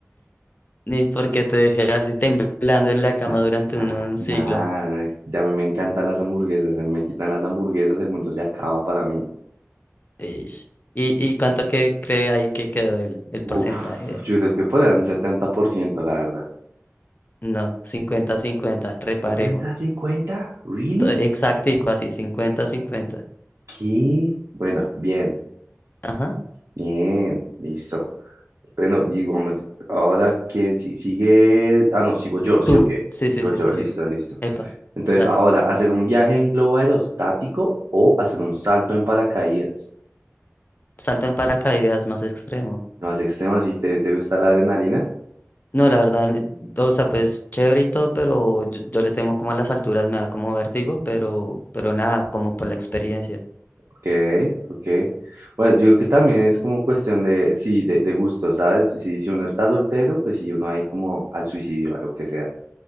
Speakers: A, on the left; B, on the right.
A: ni porque te dejé así temblando en la cama
B: No,
A: durante
B: nada,
A: un, un siglo.
B: nada. Ya me, me encantan las hamburguesas. Se me quitan las hamburguesas, el mundo se acaba para mí.
A: Ish. ¿Y, y cuánto que cree ahí que quedó el, el porcentaje?
B: Uf, yo creo que por ahí un 70%, la verdad.
A: No, cincuenta cincuenta reparejo.
B: ¿50, cincuenta cincuenta really
A: To- Exactico, así, cincuenta cincuenta
B: ¿Qué? Bueno, bien,
A: Ajá.
B: bien, listo. Bueno, y vamos, ahora quién si- sigue. Ah, no, sigo yo, ¿sí
A: Tú.
B: o qué?
A: Sí,
B: Sigo
A: sí, sí,
B: yo,
A: sí,
B: listo,
A: sí.
B: listo.
A: Epa.
B: Entonces,
A: Dale.
B: ahora, ¿hacer un viaje en globo aerostático o hacer un salto en paracaídas?
A: Salto en paracaídas más extremo.
B: Más extremo, si te, te gusta la adrenalina.
A: No, la verdad, eh, o sea, pues chévere y todo, pero yo, yo le temo como a las alturas, me da como vértigo, pero, pero nada, como por la experiencia.
B: Ok, ok. Bueno, yo creo que también es como cuestión de, sí, de, de gusto, ¿sabes? Si, si uno está soltero, pues sí, uno ahí como al suicidio, a lo que sea.